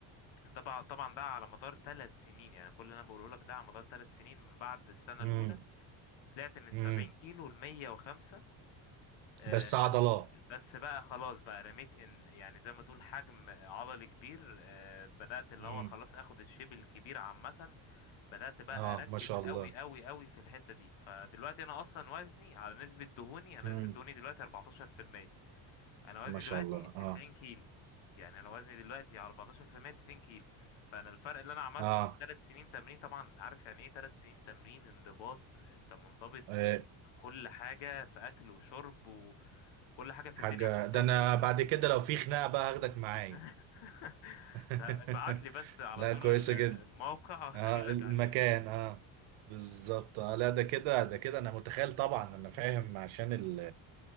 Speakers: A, on the left; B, on the right.
A: ده بقى طبعا ده على مدار ثلاث سنين يعني كل اللي انا بقوله لك ده على مدار ثلاث سنين من بعد السنه
B: امم
A: الاولى طلعت من
B: امم
A: 70 كيلو ل 105 آه،
B: بس عضلات
A: بس بقى خلاص بقى رميت ان يعني زي ما تقول حجم عضلي كبير آه، بدات اللي
B: امم
A: هو خلاص اخد الشيب الكبير عامه بدات بقى
B: اه
A: اركز
B: ما شاء
A: قوي
B: الله
A: قوي قوي في الحته دي فدلوقتي انا اصلا وزني على نسبه دهوني انا
B: امم
A: نسبه دهوني دلوقتي 14% انا وزني
B: ما شاء
A: دلوقتي
B: الله
A: 90
B: اه
A: كيلو يعني انا وزني دلوقتي على 14% 90 كيلو فانا الفرق اللي انا عملته
B: اه
A: في ثلاث سنين تمرين طبعا عارف يعني ايه ثلاث سنين تمرين انضباط انت منضبط
B: إيه،
A: من كل حاجه في اكل وشرب و- وكل حاجه في
B: حاجة
A: الدنيا عشان
B: ده
A: توصل
B: انا
A: اللي انت
B: بعد
A: فيه
B: كده
A: فاهم؟
B: لو في خناقة بقى هاخدك معايا
A: <laughs>
B: <laughs>
A: ده ابعت لي بس على
B: لا
A: طول
B: كويسة
A: ال-
B: جدا
A: الموقع هجي
B: اه
A: لك
B: المكان
A: عليه يعني.
B: اه بالظبط آه لا ده كده ده كده انا متخيل طبعا انا فاهم عشان ال...